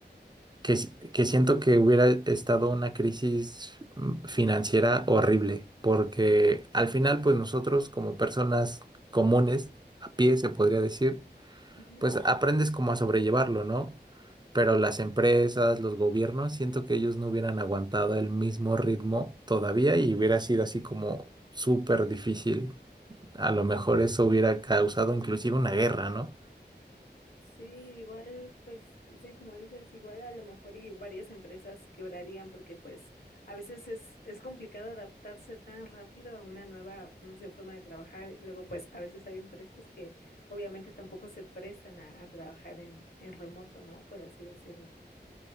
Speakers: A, on the right (about 25°); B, on the left (about 60°).
A: que, s- que siento que hubiera estado una crisis mm, financiera horrible, porque al final, pues nosotros como personas comunes, a pie se podría decir,
B: Ujú.
A: pues aprendes como a sobrellevarlo, ¿no? Pero las empresas, los gobiernos, siento que ellos no hubieran aguantado el mismo ritmo todavía y hubiera sido así como súper difícil a lo mejor eso hubiera causado inclusive una guerra, ¿no?
B: Sí, igual, pues, sí, como dices, igual a lo mejor y varias empresas quebrarían porque pues a veces es, es complicado adaptarse tan rápido a una nueva, no sé, forma de trabajar. Y luego, pues, a veces hay empresas que obviamente tampoco se prestan a, a trabajar en, en remoto, ¿no? Por así decirlo.